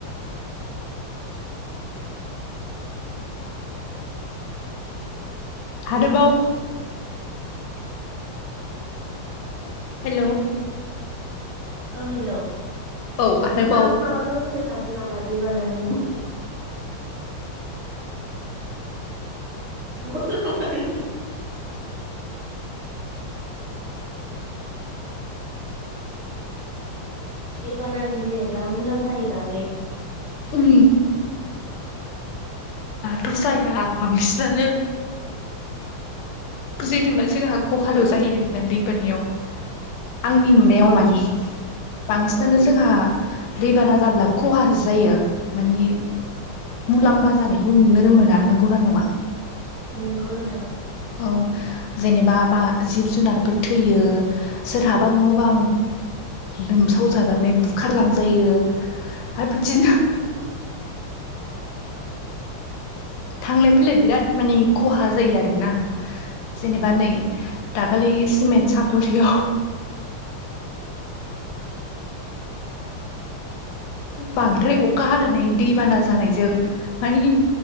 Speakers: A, on the left (about 85°); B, on the right (about 50°).
A: हादोबाव हेल'
B: औ हेलौ
A: औ आरोबाव
B: नोंथाङा माबाफोर बुंनो सानो नामा दैेबानानि <unintelligible> दैबानानि जेनेबा मुलाम्फानि बागै
A: उम थ' जाया बांसिनानो जेनेबा जोंहा खहाल' जायो आरोना दै बानायाव आंनि नुनायाव
B: औ
A: माने बांसिनानो
B: औ
A: जोंहा दैबाना जाब्ला खहा सो जायो माने मुलाम्फा जानायखौ नुनोनो मोना नंगौना नङा।
B: नंगौ नोंथां
A: औ जेनेबा बा जिब जुनारफोर थैयो सोरहाबा न' बां लोमसाव जानानै बुखारलांजायो आरो बिदिनो थांलाय फैलाय बिराद माने खहा जायो आरोना। जेनेबा नै दाखालि सिमेन्ट सापरियाव <inaudible> बांद्राय अखा हानानै दैबाना जानायजों माने